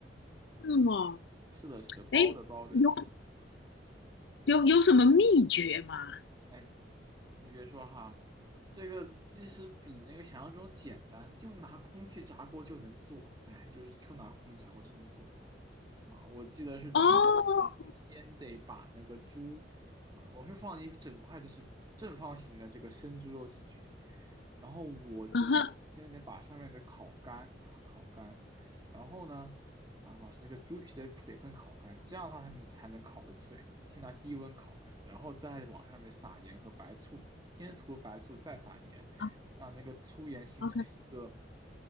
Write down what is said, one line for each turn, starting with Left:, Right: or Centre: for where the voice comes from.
Left: 是吗？
Right: 是的，是的，包的包的，
Left: 哎，有有有什么秘诀吗？
Right: 哎，你别说哈，这个其实比那个想象中简单，就拿空气炸锅就能做，哎，就是就拿空气炸锅就能做啊！我记得是怎么，
Left: 哦，
Right: 是先得把那个猪啊，我是放一个整块的是正方形的这个生猪肉进去，然后我记得是先得把上面的烤干啊烤干，
Left: 嗯哼，
Right: 然后呢。啊，把这个猪皮的水分烤干，这样它才能才能烤得脆。先拿低温烤干，然后再往上面撒盐和白醋，先涂白醋，再撒盐，
Left: 啊
Right: 让那个粗盐形成一个
Left: ，OK，